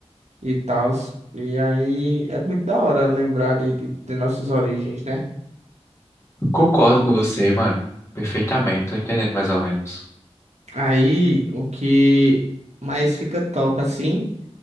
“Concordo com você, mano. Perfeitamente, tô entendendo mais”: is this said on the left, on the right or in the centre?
Left